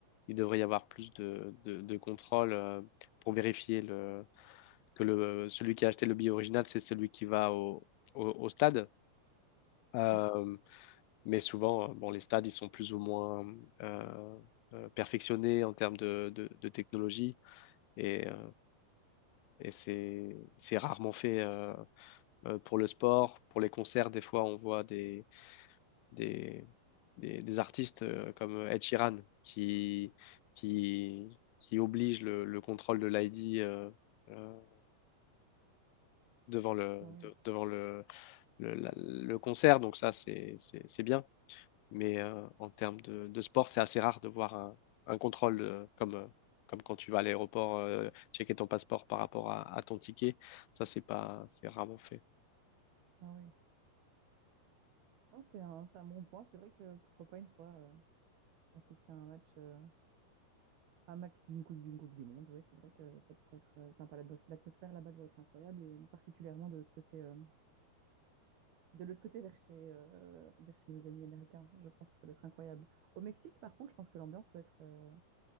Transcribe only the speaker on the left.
il devrait y avoir plus de, de, de contrôle euh, pour vérifier le, que le, celui qui a acheté le billet original, c'est celui qui va au, au, au stade. Euh,
mais souvent, euh, bon, les stades, ils sont plus ou moins euh, euh, perfectionnés en termes de, de de technologie. Et, euh, et c'est, c'est rarement fait euh, euh, pour le sport. Pour les concerts, des fois, on voit des, des, des, des artistes euh, comme Ed Sheeran qui, qui, qui oblige le, le contrôle de l'ID euh, euh, devant le,
de- devant le, le, la- le concert. Donc ça, c'est, c'est, c'est bien. Mais euh, en termes de, de sport, c'est assez rare de voir un, un contrôle euh, comme, euh, comme quand tu vas à l'aéroport euh, checker ton passeport par rapport à, à ton ticket. Ça, c'est pas, c'est rarement fait.